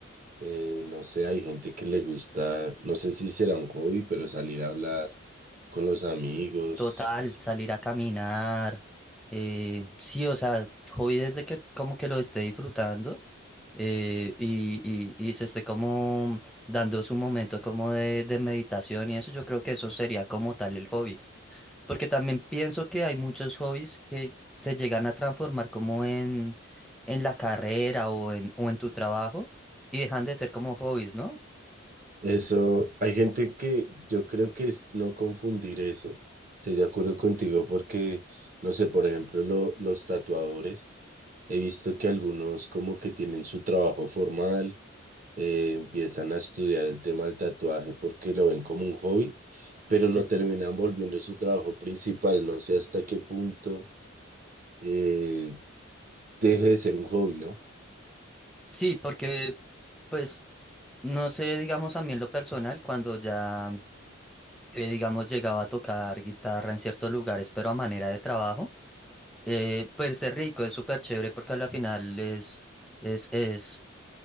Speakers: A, on the right; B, in the centre.
A: eh, no sé, hay gente que le gusta, no sé si será un hobby, pero salir a hablar con los amigos.
B: total, salir a caminar. eh, sí, o sea, hobby desde que como que lo esté disfrutando eh, y, y, y se esté como dando su momento como de, de meditación y eso, yo creo que eso sería como tal el hobby. Porque también pienso que hay muchos hobbies que se llegan a transformar como en, en la carrera o en, o en tu trabajo y dejan de ser como hobbies, ¿no?
A: Eso, hay gente que yo creo que es no confundir eso. Estoy de acuerdo contigo porque, no sé, por ejemplo, lo- los tatuadores, he visto que algunos como que tienen su trabajo formal eh, empiezan a estudiar el tema del tatuaje porque lo ven como un hobby, pero
B: Sí.
A: lo terminan volviendo su trabajo principal. No sé hasta qué punto eh, deje de ser un hobby, ¿no?
B: Sí, porque pues no sé, digamos a mí en lo personal, cuando ya eh, digamos llegaba a tocar guitarra en ciertos lugares, pero a manera de trabajo, eh, pues es rico, es súper chévere porque al final es, es, es